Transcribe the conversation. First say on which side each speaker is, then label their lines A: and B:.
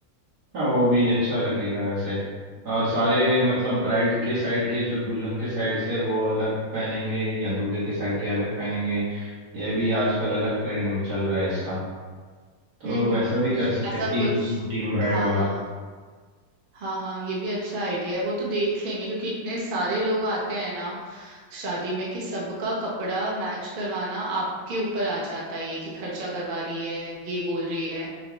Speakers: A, on the right; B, on the right.
A: हाँ वो भी अच्छा लगेगा वैसे और सारे मतलब ब्राइड के साइड के जो दुल्हन के साइड से वो अलग पहनेंगे या दूल्हे के साइड के अलग पहनेंगे ये भी आजकल अलग ट्रेंड में चल रहा है इसका तो
B: हम्म
A: वैसा
B: हम्म
A: भी कर सकते
B: ऐसा
A: हैं टीम
B: कुछ
A: टीम ब्राइड
B: हाँ
A: वाला
B: हाँ हाँ हाँ ये भी अच्छा आइडिया है वो तो देख लेंगे क्योंकि इतने सारे लोग आते हैं ना शादी में कि सबका कपड़ा मैच करवाना आपके ऊपर आ जाता है ये कि खर्चा करवा रही है ये बोल रही है